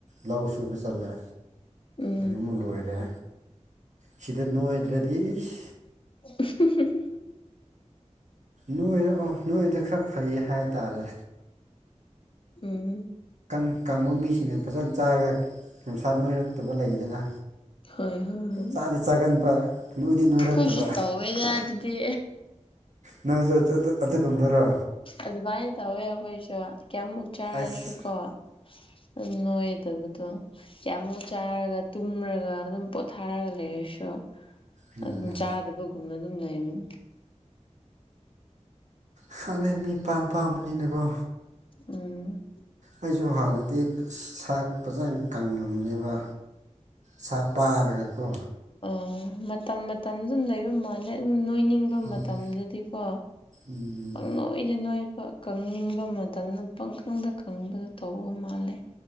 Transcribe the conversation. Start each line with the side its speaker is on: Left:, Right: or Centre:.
Right: ꯂꯧ ꯁꯨꯕ ꯆꯜꯂꯦ
Left: ꯎꯝ
Right: ꯑꯗꯒꯤ ꯃꯨꯛ ꯂꯣꯏꯔꯦ ꯁꯤꯗ ꯅꯣꯏꯗ꯭ꯔꯗꯤ ꯏꯁ
Left: <inaudible>
Right: ꯅꯣꯏ ꯑꯣ ꯅꯣꯏꯗ ꯈꯔ ꯐꯩ ꯍꯥꯏꯇꯥꯔꯦ
Left: ꯎꯝ
Right: ꯈꯪ ꯀꯪꯕ ꯃꯤꯁꯤꯅ ꯐꯖꯅ ꯆꯥꯔꯒ ꯃꯁꯥ ꯅꯣꯏꯔꯛꯇꯕ ꯂꯩꯗꯅ
Left: ꯍꯣꯏ ꯍꯣꯏ ꯍꯣꯏ
Right: ꯆꯥꯗꯤ ꯆꯥꯒꯟꯕ ꯅꯣꯏꯗꯤ ꯅꯣꯏꯔꯛꯇꯕ
Left: ꯈꯣꯏꯁꯨ ꯇꯧꯋꯦꯗ ꯑꯗꯨꯗꯤ
Right: ꯅꯪꯁꯨ ꯑꯗꯨꯒꯨꯝꯕꯔꯣ
Left: ꯑꯗꯨꯃꯥꯏ ꯇꯧꯋꯦ ꯑꯈꯣꯏꯁꯨ ꯀꯌꯥꯃꯨꯛ ꯆꯥꯔꯁꯨꯀꯣ
Right: ꯑꯁ
Left: ꯑꯗꯨ ꯅꯣꯏꯗꯕꯗꯣ ꯀꯌꯥꯃꯨꯛ ꯆꯥꯔꯒ ꯇꯨꯝꯔꯒ ꯑꯗꯨꯝ ꯄꯣꯊꯥꯔꯒ ꯂꯩꯔꯁꯨ
Right: ꯎꯝ
Left: ꯑꯗꯨꯝ ꯆꯥꯗꯕ ꯀꯨꯝꯅ ꯑꯗꯨꯝ ꯂꯩꯕꯅꯤ
Right: ꯈꯪꯗꯦ ꯃꯤꯄꯥꯝ ꯄꯥꯝꯕꯅꯤꯅꯀꯣ
Left: ꯎꯝ
Right: ꯑꯩꯁꯨ ꯍꯥꯟꯅꯗꯤ ꯁꯥꯛ ꯐꯖꯅ ꯀꯪꯉꯝꯕꯅꯦꯕ ꯁꯥ ꯄꯥꯔꯒ ꯀꯣ
Left: ꯎꯝ ꯃꯇꯝ ꯃꯇꯝ ꯑꯗꯨꯝ ꯂꯩꯕ ꯃꯥꯜꯂꯦ ꯑꯗꯨꯝ ꯅꯣꯏꯅꯤꯡ
Right: ꯎꯝ
Left: ꯃꯇꯝꯗꯗꯤꯀꯣ
Right: ꯎꯝ
Left: ꯄꯪ ꯅꯣꯏꯗ ꯅꯣꯏꯕ ꯀꯪꯅꯤꯡꯕ ꯃꯇꯝꯗ ꯄꯪꯀꯪꯗ ꯀꯪꯕꯗꯣ ꯇꯧꯕ ꯃꯥꯜꯂꯦ